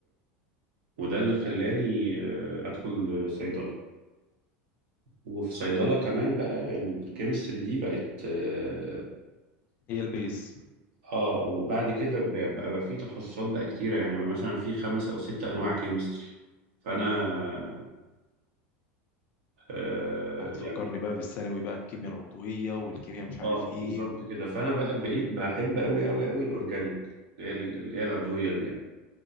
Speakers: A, on the right (about 65°); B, on the left (about 30°).
A: وده اللي خلاني آه، ادخل صيدله وفي صيدله كمان بقى الكيمستري دي بقت اه
B: هي البيز
A: آه، وبعد كده بقى بقى بقى في تخصصات بقى كتيره يعني مثلا في خمس او ست انواع كيمستري فانا آه
B: اه بتفكرني
A: يعني
B: بقى بالثانوي بقى الكيمياء العضوية والكيمياء مش عارف
A: اه
B: ايه
A: بالظبط
B: و...
A: كده فانا بقى بقيت بحب قوي قوي قوي الاورجانيك اللي هي اللي هي العضويه دي يعني